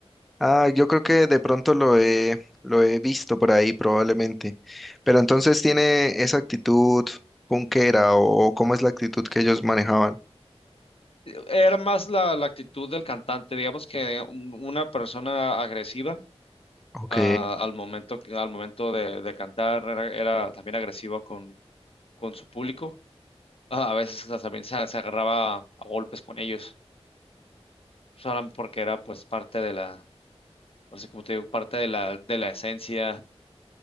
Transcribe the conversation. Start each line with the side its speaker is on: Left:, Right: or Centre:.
Centre: Ah, yo creo que de pronto lo he, lo he visto por ahí probablemente. Pero entonces tiene esa actitud punkera o cómo es la actitud que ellos manejaban.
Left: Era más la, la actitud del cantante, digamos que un- una persona agresiva
Centre: Ok.
Left: ah, al momento, que- al momento de, de cantar era, era también agresiva con, con su público. Ah, a veces hasta también se, se agarraba a golpes con ellos, solamente porque era pues parte de la, así como te digo, parte de la, de la esencia